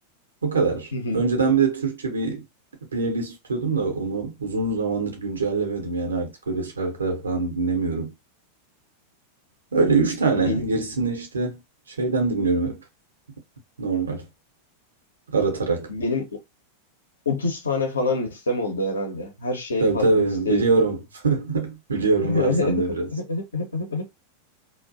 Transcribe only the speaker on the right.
O kadar.
Önceden bir de Türkçe bir playlist tutuyordum da onu uzun zamandır güncellemedim. Yani artık öyle şarkılar falan dinlemiyorum. Öyle üç tane.
Gerisini işte şeyden dinliyorum hep. Normal. Aratarak.
Tabii
tabii
biliyorum.
<laughs> Biliyorum
var sende biraz.